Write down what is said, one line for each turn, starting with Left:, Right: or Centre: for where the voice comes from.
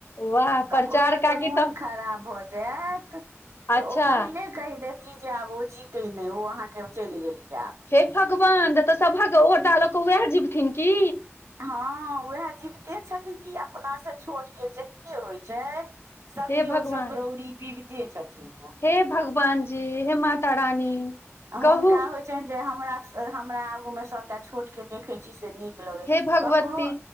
Left: वाह
Right: ककरो
Left: प्रचार
Right: जे
Left: काकी
Right: मोन
Left: तऽ
Right: खराब भऽ जायत तऽ
Left: अच्छा
Right: ओ पहिले कहि देती जे आब ओ जीतै नहि ओ अहाँके चलि गेलि आब
Left: हे भगवान तऽ सभक ओरदा लोकऽ उहै जिबथिन की
Right: हँ उएह जीबते छथिन कि अपनासँ छोटके जेत्ते होइत छै सबके
Left: हे
Right: ओ
Left: भगवान
Right: सकरौरी पीबिते छथिन ओ
Left: हे भगवानजी हे माता रानी
Right: हुनका
Left: कहू
Right: होइ छनि जे हमरा-हमरा आगू मे सभटा छोट के देखैत छी से नीक लगै
Left: हे भगवती
Right: ककरो